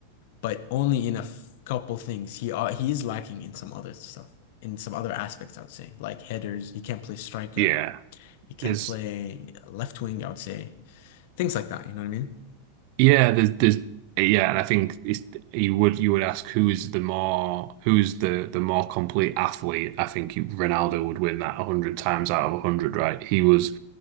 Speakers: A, on the left (about 50°); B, on the right (about 45°).
A: but only in a f couple things. He uh, he is lacking in some other stuff, in some other aspects. I would say like headers. He can't play striker.
B: Yeah,
A: He can't
B: there's.
A: play left wing. I would say things like that. You know what I mean?
B: Yeah, there's there's yeah, and I think it's you would you would ask who is the more who's the the more complete athlete. I think you- Ronaldo would win that a hundred times out of a hundred, right? He was